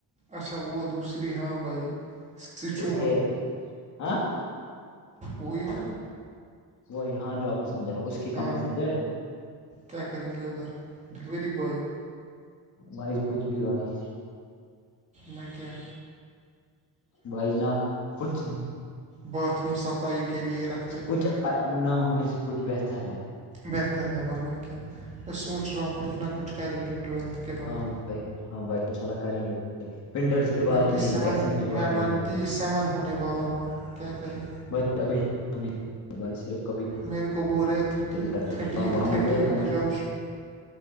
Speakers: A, on the right (about 15°); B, on the left (about 45°).
A: اچھا وت سری ہاں بھائی سچومہ
B: اس کے ہاں
A: وہی نا
B: وہی ہاں جو آپ کو سمجھ ہے اس کی کمپنی
A: ہاں,
B: میں جائے
A: کیا کریں گے ادھر ڈلیوری بوائے-
B: بھائی کچھ بھی بائی-
A: مکیہ
B: بھائی نہ کچھ-
A: باتھ روم صفائی کے لیے رکھتے
B: کچھ- نہ ہونے سے کچھ بہتر ہے-
A: بہتر ہے ورنہ کیا میں سوچ رہا ہوں کچھ نہ کچھ کریں گے ٹویلتھ- کے بعد
B: ہاں بھائی ہاں بھائی چلا کریں گے ونٹرس- کے بعد
A: ٹونٹی
B: نہیں
A: سیون
B: ایگزام کے بعد
A: میں ٹونٹی
B: ہی بھائی
A: سیون ہونے والا ہوں اب کیا کریں-
B: بھائی ابھی- بھائی صرف کبھی-
A: میرے کو ب رہے تھرٹی
B: کبھی کرتے ہیں
A: تھرٹی
B: کام وام
A: تھرٹی
B: گیا
A: ہو
B: کنٹینیو۔
A: جاؤ-